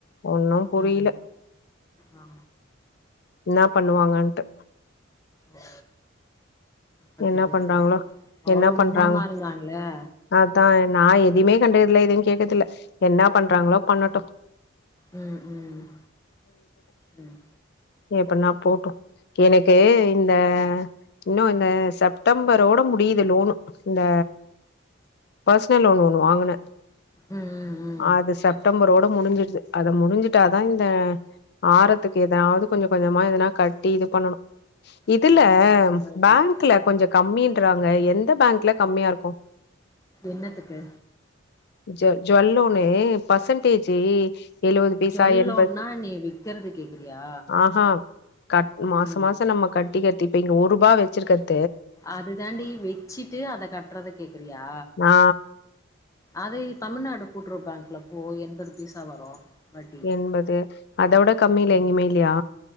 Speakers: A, on the left; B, on the left.
A: ஒன்னு புரில
B: ஆ ஆ ஆ
A: என்ன பண்ணு வாங்கன்ட்டு
B: ஓ பத்து
A: என்ன
B: பேரு
A: பண்றாங்களோ
B: வாங்க அவ்ளோவு
A: என்ன பண்றாங்க
B: மும்முரமா இருந்தாங்ளே
A: அதா நா எதையுமே கண்டுகறதுல எதையு கேக்கறதுல்ல என்ன பண்றாங்களோ பண்ணட்டு
B: ம் ம் ம்
A: எப்டினா போட்டு எனக்கு இந்த இன்னு வந் து இந்த செப்டம்பரோட முடியுது லோனு இந்த பர்சனல் லோன் ஒண்ணு வாங்குனா
B: ம் ம் ம்
A: அது செப்டம்பரோட முடிஞ்சுடுறுது அத முடிஞ்சுட்டா தா இந்த ஆறத்துக்கு எதாவது கொஞ்ச கொஞ்சமா எதனா கட் டி இது பண்ணணு இதுல
B: இன்னும் மூணு மாசந்தா இருக்கு
A: பேங்க் குல கொஞ்சோ கம்மின்றாங்க எந்த பேங்குல கம்மியாருக்கு
B: என்னத்துக்கு
A: ஜொல் ஜொல் ஒன்னு பர்சன்டேஜி ஏழுவது பைசா
B: ஜொல்லோன்னா
A: எம்பது
B: நீ விக்கறது கேக்குறியா
A: ஆஹா கட் மாசோ
B: ம்
A: மாசோ நம்ம கட்டிக்கிறது இப்ப இங்க ஒரு ரூபா வச்சிக்கிறது
B: அது தாண்டி வெச்சிட்டு அத கட்டுறத கேக்குறியா
A: ஆ
B: அதே தமிழ்நாடு கூட்டுறவு பேங்க்ல போ எம்பது பைசா வரு வட்டி
A: எம்பது அதோட கம்மியில
B: ம்
A: எங்கேயுமே இல்லையா